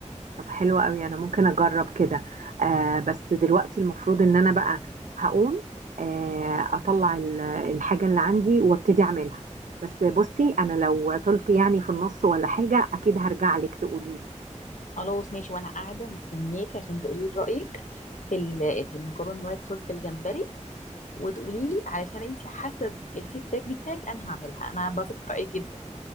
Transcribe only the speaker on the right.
طب حلو قوي انا ممكن اجرب كده آه بس دلوقتي المفروض ان انا بقى هقوم آه اطلع ال- الحاجة اللي عندي وابتدي اعملها بس بصي انا لو طلت يعني في النص ولا حاجة اكيد هرجع لك تقولي لي